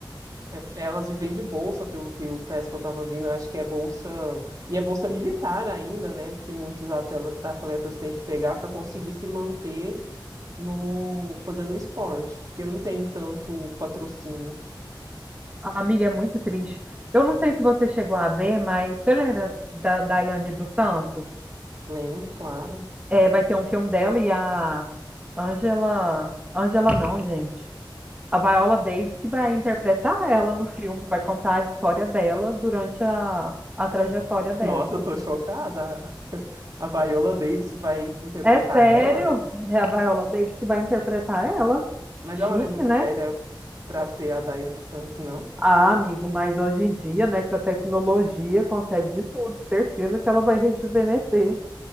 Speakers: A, on the right; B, on the right.
A: É, elas vivem de bolsa, pelo que eu peço que eu estava vindo, acho que é bolsa, e é bolsa militar ainda, né? Que muitos atel- atletas têm que pegar para conseguir se manter no fazendo esporte, porque não tem tanto patrocínio.
B: Amiga, é muito triste. Eu não sei se você chegou a ver, mas você lembra da Daiane dos Santos?
A: Lembro, claro.
B: É, vai ter um filme dela e a Angela. Angela não, gente. a Viola Davis que vai interpretar ela no filme, vai contar a história dela durante a, a trajetória dela.
A: Nossa, eu tô chocada. A a Viola Davis que vai interpretar
B: É sério,
A: ela,
B: é a Viola Davis que vai interpretar ela.
A: mas ela
B: Chique,
A: não é muito
B: né?
A: velha, pra ser a Daiane dos Santos, não.
B: Ah, amigo, mas hoje em dia, né, que a tecnologia consegue de tudo, certeza que ela vai rejuvenescer.